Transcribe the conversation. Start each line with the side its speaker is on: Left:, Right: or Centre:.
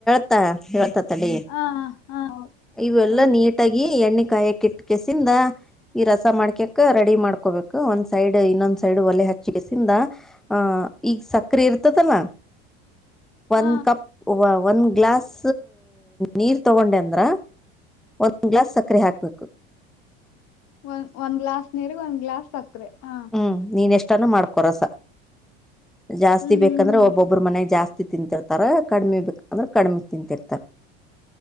Centre: ತ್ತ ಹೇಳ್ತ ತಡಿ
Left: ಹ ಹ
Centre: ಇವ್ ಎಲ್ಲಾ
Left: ಹ
Centre: ನೀಟಾಗಿ ಎಣ್ಣೆ ಕಾಯಕಿಟ್. ಕೆಸಿಂದ ಈ ರಸ ಮಾಡ್ಕಕ್ ರೆಡಿ ಮಾಡ್. ಮಾಡ್ಕೋಬೇಕು ಒಂದ್ ಸೈಡ್ ಇನ್ನೊಂದ್ ಸೈಡ್ ಒಲೆ ಹಚ್ಚಿಕೆಸಿಂದ. ಆ ಇಗ್ ಸಕ್ರಿ ಇರ್ತತಲ ಒಂದ್
Left: ಹ
Centre: ಕಪ್. ಒಂದ್ ಗ್ಲಾಸ್ ನೀರ್ ತಗೊಂಡೆಂದ್ರ ಒಂದ್ ಗ್ಲಾಸ್ ಸಕ್ರೆ ಹಾಕ್ಬೇಕ್.
Left: ಒನ್ ಒಂದ್ ಗ್ಲಾಸ್ ನೀರಿಗ್ ಒಂದ್ ಗ್ಲಾಸ್ ಸಕ್ರೆ ಹ.
Centre: ಹ್ಮ್ ನೀನ್ ಎಷ್ಟಾನ ಮಾಡ್ಕೊ ರಸ ಜಾಸ್ತಿ
Left: ಹ್ಮ್
Centre: ಬೇಕ್.
Left: ಹ್ಮ್
Centre: ಯಾಕಂದ್ರೆ
Left: ಹ್ಮ್
Centre: ಒಬ್ಬೊಬ್ರ ಮನೆಗ್ ಜಾಸ್ತಿ ತಿಂತಿರ್ತಾರ ಕಡಿಮೆ ಬೇಕಂದ್ರೆ ಕಡಿಮೆ ತಿಂತಿರ್ತಾರ.